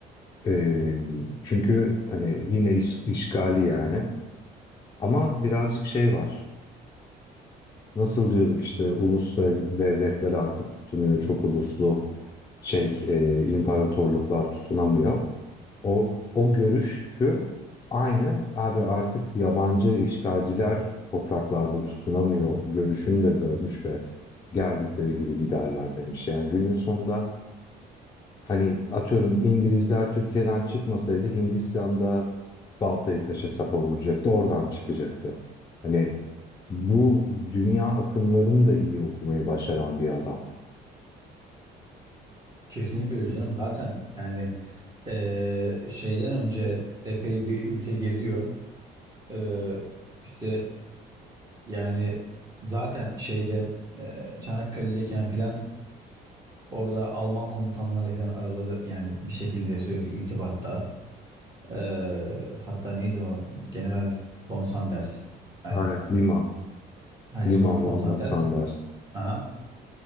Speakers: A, on the left; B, on the right.
A: Ee, çünkü hani yine is- işgali yani. Ama birazcık şey var. Nasıl diyorduk işte ulus dev- devletler artık tutunuyor. Çok uluslu şey e, imparatorluklar tutunamıyor. O o görüş şu, aynı abi artık yabancı işgalciler topraklarda tutunamıyor görüşünü de görmüş ve geldikleri gibi giderler demiş. Yani günün sonunda hani atıyorum İngilizler Türkiye'den çıkmasaydı Hindistan'da baltayı taşa sapa vuracaktı, oradan çıkacaktı. Hani bu dünya akımlarını da iyi okumayı başaran bir adam.
B: Kesinlikle öyle canım. Zaten yani, eee, şeyden önce epey bir ülke geziyor. Eee, işte, yani, zaten şeyde, eee, Çanakkale'deyken filan orada Alman komutanlarla filan araları, yani, bir şekilde sürekli irtibatta. Eee, hatta neydi o? General von Sanders. Aynen.
A: Evet. Liman,
B: Ha, Liman
A: Liman
B: Fontanders.
A: von Sanders.
B: Hı hı.